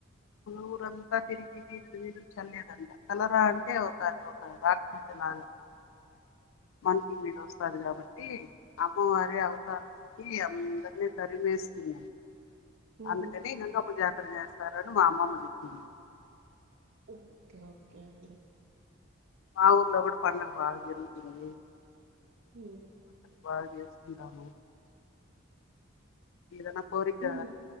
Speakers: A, on the left; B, on the right.
A: ఊరంతా తిరిగి వీది వీది చల్లారు కలరా అంటే ది <inaudible> ఒక రాక్షసు లాగా మనిష మీద వస్తారు కాబట్టి అమ్మ అరే అవు అందరిని పరిమేస్థిమి
B: ఉహు
A: అందుకనే గంగా పూజాయాత్ర చెస్ వస్తారని మా అమ్మ అమ్మ చెపింది
B: ఓకే ఓకే అండి
A: మా ఊర్లో కూడా పండగ బాగా జరుగుతుంది
B: హ్మ్
A: బాచేసుకుంటాం ఏదనా కోరిక
B: మీ